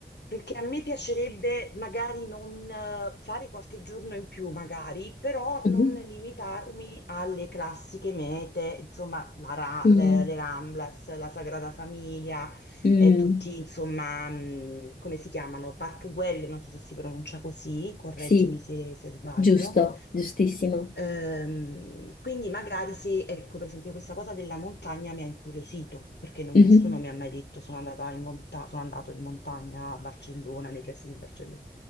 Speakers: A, on the left (about 70°); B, on the left (about 50°).
A: perché a me piacerebbe magari non eh, fare qualche giorno in più, magari, però
B: Mhm.
A: non limitarmi alle classiche mete, insomma, la Ra-
B: Mm.
A: le, le Ramblas, la Sagrada Famiglia,
B: Mm.
A: e tutti, insomma, mh, come si chiamano? Park Güell, non so se si pronuncia così, correggimi
B: Sì,
A: se se sbaglio.
B: giusto, giustissimo.
A: Ehm, quindi magari se, ecco, per esempio questa cosa della montagna mi ha incuriosito, perché non-
B: Mhm.
A: nessuno mi ha mai detto sono andato in monta- sono andato in montagna a Barcellona, nei pressi di Barcellona.